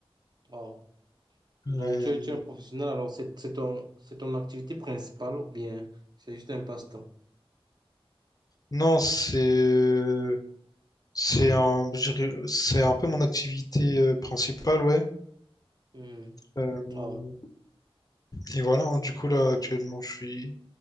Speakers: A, on the right; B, on the left.
A: Oh. Donc,
B: Euh,
A: tu es, tu es professionnel, alors c'est c'est ton, c'est ton activité principale ou bien c'est juste un passe-temps?
B: non, c'est euh, c'est un, je dirais- c'est un peu mon activité euh, principale, ouais.
A: Mhm.
B: Euh,
A: Oh,
B: Et voilà, hein, du coup là actuellement je suis